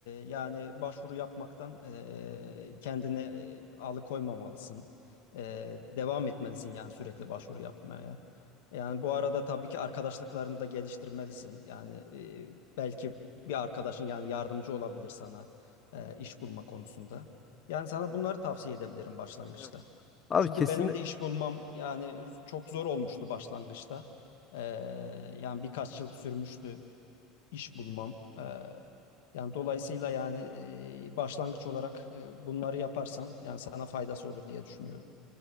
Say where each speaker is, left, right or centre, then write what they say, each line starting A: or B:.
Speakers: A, on the left; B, on the left.
A: yani başvuru yapmaktan e, kendini e, alıkoymamalısın. E, devam etmelisin yani sürekli başvuru yapmaya. Yani bu arada tabii ki arkadaşlıklarını da geliştirmelisin. Yani e, belki bir arkadaşın yani yardımcı olabilir sana e, iş bulma konusunda. Yani sana bunları tavsiye edebilirim başlangıçta.
B: Evet. Abi
A: Çünkü
B: kesin
A: benim de iş bulmam yani çok zor olmuştu başlangıçta. Ee, yani birkaç yıl sürmüştü iş bulmam. Ee, yani dolayısıyla yani e, başlangıç olarak e, bunları yaparsan yani sana faydası olur diye düşünüyorum.